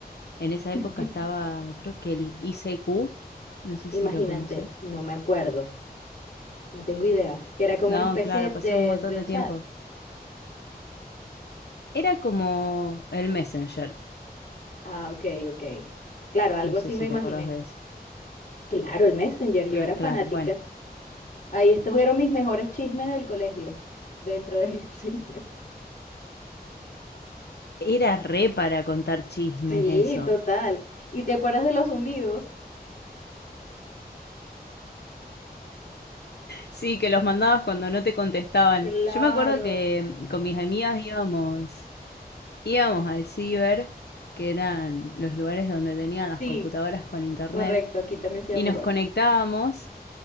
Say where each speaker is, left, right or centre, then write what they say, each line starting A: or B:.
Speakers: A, on the left; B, on the left.
A: En esa
B: <laughs>
A: época estaba, creo que el ICQ, no sé
B: Imagínate,
A: si lo conoces.
B: no me acuerdo, no tengo idea, que era como
A: No,
B: una especie
A: claro, pasó
B: de,
A: un montón
B: de
A: de
B: chat.
A: tiempo. Era como el Messenger,
B: Ah, ok, ok. Claro, algo
A: no sé
B: así
A: si
B: me imaginé.
A: te acordás de ese.
B: Claro, el Messenger, yo
A: Eh,
B: era fanática.
A: Claro, bueno.
B: Ahí estuvieron mis mejores chismes del colegio, dentro del <laughs> Messenger.
A: Era re para contar chismes
B: Sí,
A: eso.
B: total. ¿Y te acuerdas de los zumbidos?
A: Sí, que los mandabas cuando no te contestaban.
B: Claro.
A: Yo me acuerdo que mm, con mis amigas íbamos, íbamos al ciber, que eran los lugares donde tenían las
B: Sí,
A: computadoras con internet,
B: correcto, aquí también se
A: Y
B: llama
A: nos
B: igual.
A: conectábamos,